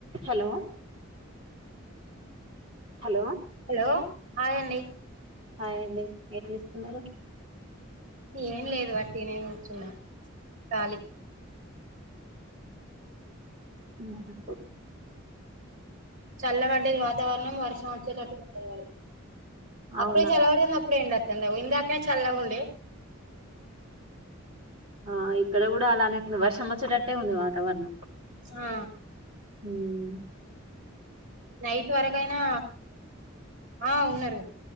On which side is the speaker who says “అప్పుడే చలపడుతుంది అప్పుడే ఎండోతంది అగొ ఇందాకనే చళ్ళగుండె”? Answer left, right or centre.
Right